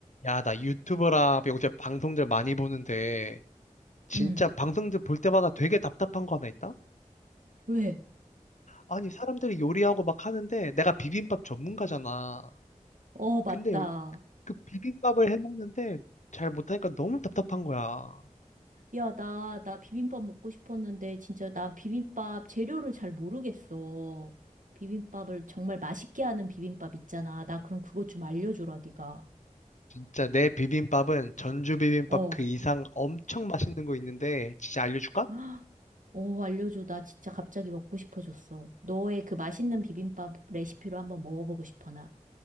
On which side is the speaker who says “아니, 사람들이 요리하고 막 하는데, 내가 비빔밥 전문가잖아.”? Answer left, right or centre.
Left